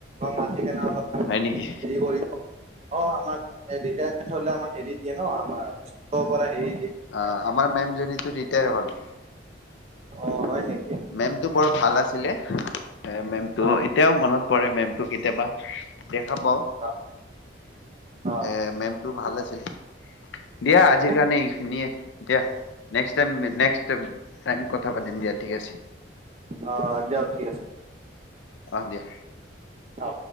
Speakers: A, on the right (about 35°); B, on the left (about 65°).
A: মাতি যাম আমাক
B: হয়
A: হেৰি
B: নেকি
A: কৰিব অ আমাক ৰিটাই হলে আমাৰ এৰি দিয়ে ন আমাৰ অ পৰা সেই
B: অ আমাৰ মেমজনীটো ৰিটায়াৰ হল
A: অ হয় নেকি
B: মেমটো বৰ ভাল আছিলে এ মেমটো
A: অ
B: এতিয়াও মনত পৰে মেমটো কেতিয়াবা দেখা পাও
A: অ অ
B: এ মেমটো ভাল আছিল দিয়া আজিৰ
A: মেম,
B: কাৰণে ই খিনিয়ে দিয়া নেক্সট টাইম নেক্সট টাইম কথা পাতিম দিয়া ঠিক আছে
A: অ দিয়ক ঠিক আছে
B: অ দিয়া
A: অ